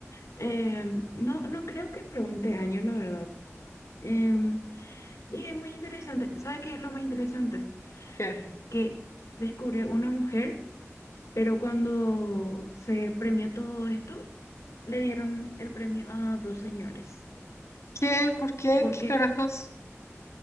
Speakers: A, on the left (about 85°); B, on the left (about 70°).
A: em, no, no creo que pregunte años, la verdad. Em, y es muy interesante. ¿Sabe qué es lo más interesante?
B: ¿Qué?
A: que descubrió una mujer, pero cuando se premió todo esto, le dieron el premio a dos señores.
B: ¿Qué? ¿Por qué?
A: Porque,
B: ¿Qué carajos?